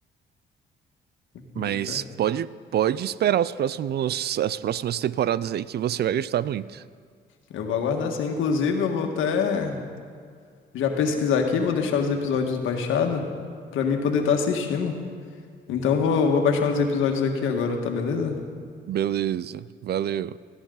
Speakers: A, on the left; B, on the right.
A: Muita.
B: Mas pode, pode esperar os próximos, as próximas temporadas aí que você vai gostar muito.
A: Eu vou aguardar sim. Inclusive, eu vou até. já pesquisar aqui, vou deixar os episódios baixados pra mim poder estar assistindo. Então vou, vou baixar uns episódios aqui agora, tá beleza?
B: Beleza, valeu.